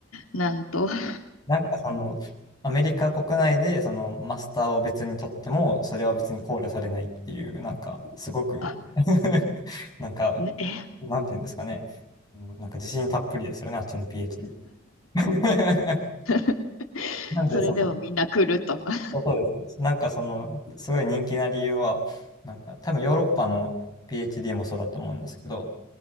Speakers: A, on the left (about 85°); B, on the left (about 20°).
A: なんと。<laughs>
B: なんかその、アメリカ国内でそのマスターを別に取っても、それは別に考慮されないっていう、なんか、すごく
A: あ、
B: <laughs> なんか、
A: ね、え
B: なんていうんですかね、うんなんか自信たっぷりですよね、あっちの PhD。<laughs>
A: <laughs>
B: なんで、
A: それでもみんな来ると。
B: その、
A: <laughs>
B: そうです。なんかその、すごい人気な理由は、なんか多分ヨーロッパの PhD もそうだと思うんですけど、